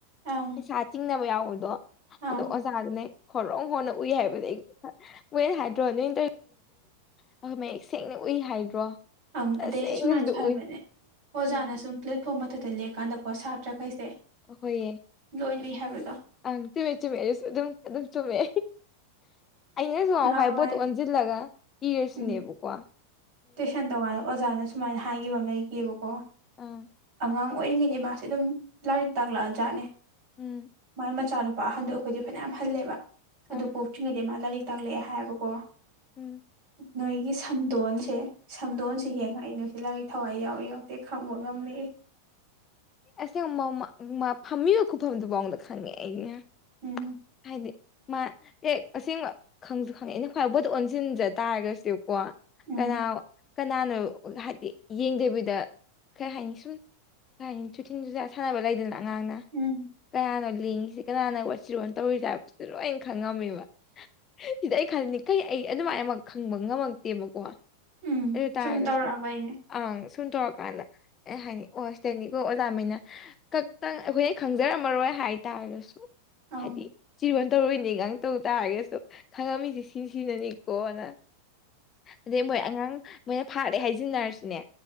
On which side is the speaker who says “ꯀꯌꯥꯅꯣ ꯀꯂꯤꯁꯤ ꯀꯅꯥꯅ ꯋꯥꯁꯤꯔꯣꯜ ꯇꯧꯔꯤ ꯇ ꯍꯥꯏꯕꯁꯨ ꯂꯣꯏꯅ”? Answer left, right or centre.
Left